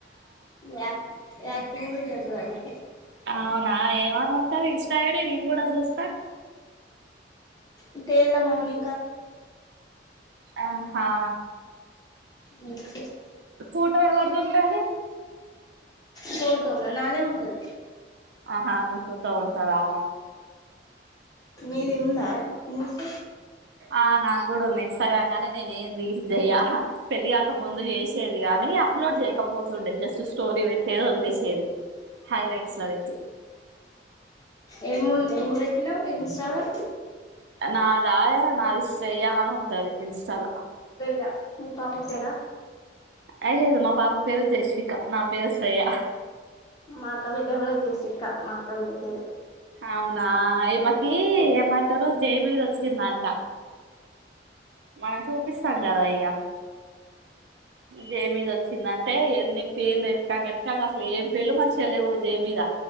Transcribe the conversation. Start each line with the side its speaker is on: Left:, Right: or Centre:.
Left: యాక్ట్ యాక్టింగ్ చేస్తాదామే
Right: అవునా ఏమను ఉంటాది ఇన్స్టా ఐడి నేను కూడా చూస్తా
Left: ఇట్టే ఎల మౌని
Right: ఆహా
Left: ఇ
Right: ఫోటో ఎవరిది ఉంటాది
Left: ఫోటో ఉండ నాదే ఉంటది
Right: ఆహా మీ ఫోటో ఉంటదాా
Left: మీది ఉందా ఇన్స్ట
Right: ఆ నాకు కూడా ఉంది ఇన్స్టాగ్రామ్ గానీ నేనే ఏం రీల్స్ చెయ్యా పెళ్ళిగాక ముందు చేసేది కానీ అప్లోడ్ చేయకపోతుండే జస్ట్ స్టోరీ పెట్టేది వలేసి హైలట్స్ లో వెట్టి
Left: ఎమ్ ఏం పెట్టినావ్ ఇన్స్టాలా
Right: నాదా నాది శ్రేయ అని ఉంటది ఇన్స్టాలో
Left: యా మీ పాప పేరా
Right: అయలేదు మా పాప పేరు జేష్విక నా పేరు శ్రేయ
Left: మాక్క బిడ్డ కూడా జేసిత మాక్క బిడ్డ పేరు
Right: అవునా ఈమకి ఏమంటారు జె మీద వచ్చిందంట మనం చూపిస్తాం కదా ఇక జె మీద వచ్చిందంటే ఎన్ని పేర్లు ఎతుకంగా ఎతకంగ అసలు ఏం పేర్లు మంచిగా లేవు జె మీద